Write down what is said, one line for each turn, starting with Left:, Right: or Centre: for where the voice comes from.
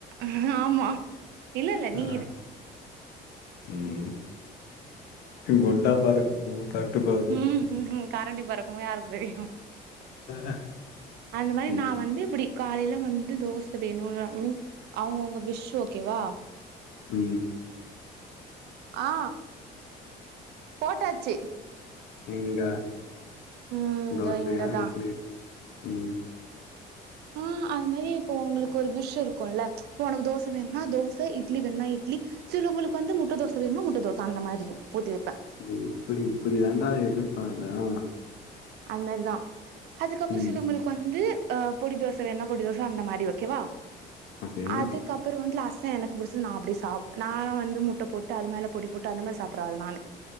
Right: ம் ஆமா இல்லல்ல நீ
Left: ஆ.
Right: இரு
Left: ம் குண்டா பறக்கும் தட்டுப்பா
Right: ம் ம் கரண்டி பறக்குமா யாருக்கு தெரியு
Left: ஆ.
Right: அந்த மாரி
Left: ம்.
Right: நா வந்து இப்டி காலைல வந்து தோச வேணு ம் அவுங்கவுங்க விஷ் ஓகேவா
Left: ம்
Right: ஆ போட்டாச்சி
Left: இ்ங்க
Right: ம் இதோ
Left: தோசையா
Right: இங்கதா
Left: இட்லி ம்
Right: ஆ அது மாரி இப்போ உங்ளுக்கு ஒரு விஸ் இருக்குல்ல இப்ப உனக்கு தோச வேண்ணா
Left: ஆமா.
Right: தோசை இட்லி வேண்ணா இட்லி சிலவங்களுக்கு வந்து முட்ட தோச வேண்ணா முட்ட தோச அந்த மாரி ஊத்தி வப்ப
Left: இ இப்டி இப்டி தாண்டா எதிர்பாகறோ
Right: அது மேரிதா அதுக்கப்புற
Left: ம்.
Right: சிலவுங்ளுக் கு வந்து அ பொடி தோச வேண்ணா பொடி தோச அந்த மாரி ஓகேவா
Left: ஓகே.
Right: அதுக்கப் பற வந்து லாஸ்டா எனக்கு புடிச்சது நா அப்டியே சாப் நா வந்து முட்ட போட்டு அது மேல பொடி போட்டு அந்த மேரி சாப்பர்ற ஆள் நானு